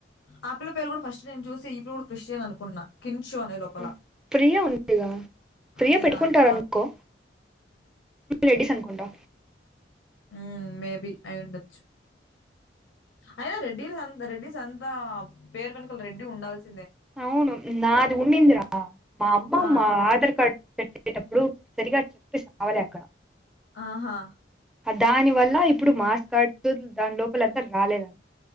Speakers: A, on the left (about 85°); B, in the centre.
A: ఆ పిల్ల పేరు కూడా ఫస్ట్ నేను చూసి ఈ పిల్ల కూడా క్రిస్టియన్ అనుకున్నా కిన్షు అనే లోపల
B: ఉమ్ ప్రియా ఉందిగా ప్రియా
A: అదే
B: పెట్టుకుంటార
A: దాని తర్వాత
B: అనుకో రెడీస్ అనుకుంటా
A: ఉమ్ మేబి అయిఉండొచ్చు అయినా రెడ్డ రెడ్డిస్ అంతా పేరు వెనకలు రెడ్డి ఉండాల్సి
B: అవును నాది ఉన్నిందిరా మా అమ్మమ్మ
A: ఆ
B: ఆధార్ కార్డ్ పెట్టేటప్పుడు సరిగా చెప్పి సావలే అక్కడ
A: ఆహా
B: దాని వల్ల ఇప్పుడు మాస్ కార్డు దాని లోపల అంత రాలేద